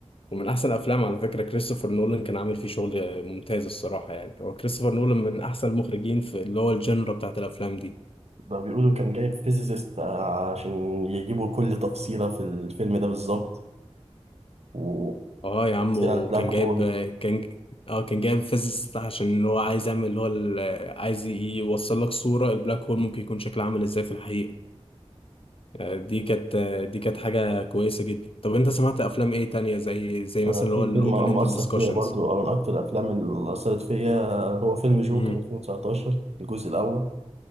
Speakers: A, on the left; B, on the right.
A: ومن احسن افلام على فكره كريستوفر نولان كان عامل فيه شغل ممتاز الصراحه يعني هو كريستوفر نولان من احسن المخرجين في اللي هو الجنرا بتاعت الافلام دي
B: ده بيقولوا كان جايب فيزيست عشان يجيبوا كل تفصيلة في الفيلم ده بالظبط وتفصيل
A: اه يا عم وكان
B: عن البلاك
A: جايب
B: هول
A: كان اه كان جايب فيزيست عشان هو عايز يعمل اللي هو ال- عايز ي- يوصل لك صوره البلاك هول ممكن يكون شكله عامل ازاي في الحقيقه آه، دي كانت آه، دي كانت حاجه كويسه جدا طب انت سمعت افلام ايه تانية زي زي
B: أنا
A: مثلا اللي
B: في
A: هو الاوبن
B: فيلم مؤثر
A: اند ديسكشنز
B: فيا برضو أو من أكتر الأفلام اللي أثرت فيا هو فيلم جوكر
A: امم
B: 2019 الجزء الأول